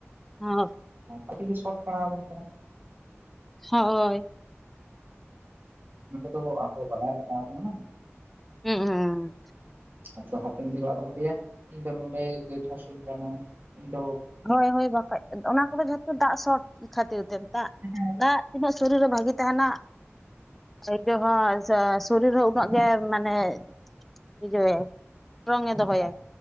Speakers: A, in the centre; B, on the right.
A: ᱦᱚᱸ
B: ᱟᱰᱤ ᱜᱮ ᱥᱚᱴ ᱯᱟᱲᱟᱣ ᱟᱵᱚᱱ ᱠᱟᱱᱟ᱾
A: ᱦᱚᱸ ᱦᱳᱭ,
B: ᱚᱱᱟ ᱠᱚᱫᱚ ᱟᱵᱚ ᱵᱟᱰᱟᱭ ᱞᱟᱜᱟ ᱟᱵᱚᱱᱟ,
A: ᱦᱩᱸ ᱦᱩᱸ ᱦᱩᱸ
B: ᱟᱫᱚ ᱦᱟᱯᱮᱱ ᱫᱤᱱ ᱟᱫᱚ ᱵᱚᱱ ᱞᱟᱹᱭ ᱟ ᱤᱧ ᱫᱚ ᱱᱚᱰᱮ ᱜᱟ. ᱴ ᱦᱟᱹᱥᱩᱧ ᱠᱟᱱᱟ ᱤᱧ ᱫᱚᱼᱼ
A: ᱦᱳᱭ ᱦᱳᱭ ᱵᱟᱠᱷᱟᱡ ᱚᱱᱟ ᱠᱚᱫᱚ ᱡᱷᱚᱛᱚ ᱫᱟᱜ ᱥᱚᱴ ᱠᱷᱟᱹᱛᱤᱨ ᱛᱮ ᱫᱟᱜ
B: ᱦᱮᱸ
A: ᱫᱟᱜ, ᱛᱱᱟᱹᱜ ᱥᱚᱨᱤᱨᱮ ᱵᱷᱟᱹᱜᱤ ᱛᱟᱦᱮᱱᱟ᱾ ᱤᱭᱟᱹ ᱦᱚᱸ ᱥᱚ ᱥᱚᱨᱤᱨ ᱦᱚᱸ ᱩᱱᱟᱹᱜ ᱜᱮ ᱢᱟᱱᱮ ᱤᱭᱟᱹᱭᱟᱭ, ᱨᱚᱝ ᱮ ᱫᱚᱦᱚᱭᱟ
B: ᱮᱠᱟᱞ